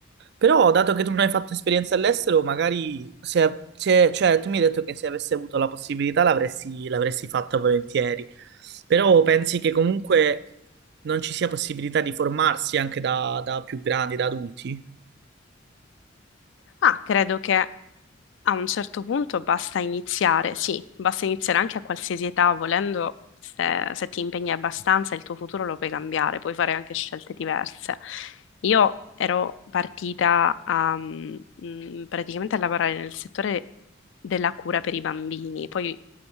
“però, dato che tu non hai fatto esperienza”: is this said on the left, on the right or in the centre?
Right